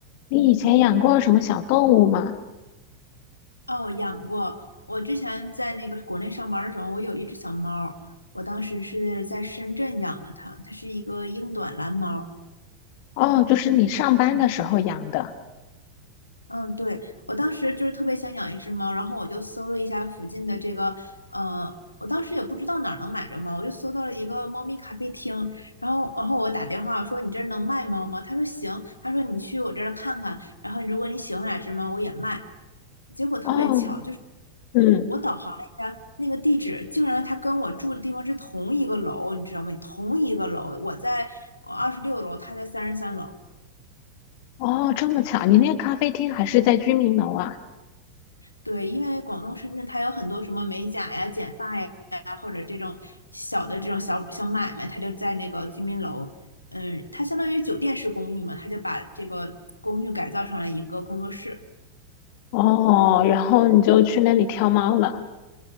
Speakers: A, on the left; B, on the left.
A: 你以前养过什么小动物吗？
B: 哦，养过。我之前在那个国内上班的时候，我有一只小猫儿我当时是在深圳养的它，它是一个英短蓝猫。
A: 哦，就是你上班的时候养的。
B: 嗯，对，我当时就是特别想养一只猫，然后我就搜了一下附近的这个，呃，我当时也不知道哪儿能买着猫，我就搜到了一个猫咪咖啡厅，然后，然后我打电话我说你这儿能卖猫吗？他说行，他说你去我这儿看看，然后如果你喜欢哪只猫，我也卖。结果特别巧，
A: 哦，
B: 就是
A: 嗯，
B: 我我导航了一下那个地址，竟然它跟我住的地方是同一个楼，你知道吗？同一个楼，我在二十六楼，他在三十三楼。
A: 哦，这么巧，你那个咖啡厅还是在居民楼啊？
B: 对，因为广东深圳它有很多什么美甲呀、剪发呀，或者这种小的这种小小买卖，它就在那个居民楼，嗯，它相当于酒店式公寓嘛，它就把这个公寓改造成了一个工作室。
A: 哦，然后你就去那里挑猫了。